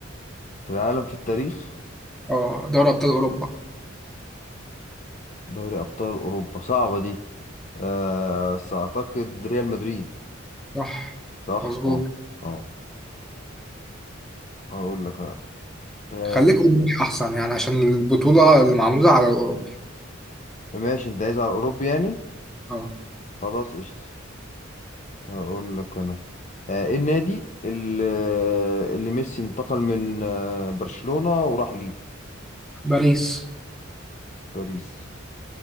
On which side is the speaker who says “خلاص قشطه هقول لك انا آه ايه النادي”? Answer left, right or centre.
Left